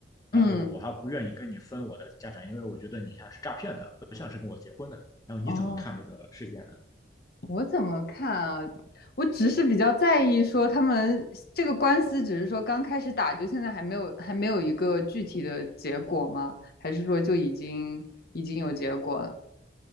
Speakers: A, on the left (about 55°); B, on the left (about 20°).
A: 嗯，
B: 然后我还不愿意跟你分我的家产，因为我觉得你像是诈骗的，不像是跟我结婚的。然后你怎么看这个事件呢？
A: 哦，我怎么看啊？我只是比较在意说他们这个官司，只是说刚开始打，就现在还没有还没有一个具体的结果吗？还是说就已经已经有结果了？